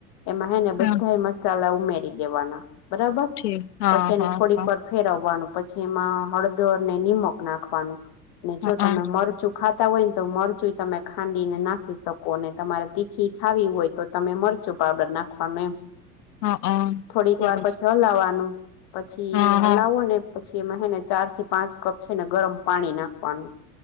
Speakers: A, on the left (about 50°); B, on the left (about 70°).
A: એમાં હે ને
B: હા
A: બધા મસાલા ઉમેરી દેવાના બરાબર
B: છે, હા,
A: પછી એને
B: હા,
A: થોડીક
B: હા,
A: પર ફેરવવાનું પછી એમાં હળદરને નિનીમક નાખવાનું ને
B: હા,
A: જો તમે મરચું ખાતા હોય ને તો મરચું તમે ખાંડીને નાખી શકો અનેને તમારે તીખી ખાવી હોય તો તમે મરચ કચું પાવડર નાખવાનું
B: હા, હા.
A: થોડીક
B: સરસ
A: વાર પછી હલાવાનું પછી.
B: હા,
A: હલાવો
B: હા
A: પછી એને ચાર થી પાંચ કપ છે ને ગરમ પાણી નાખવાનું.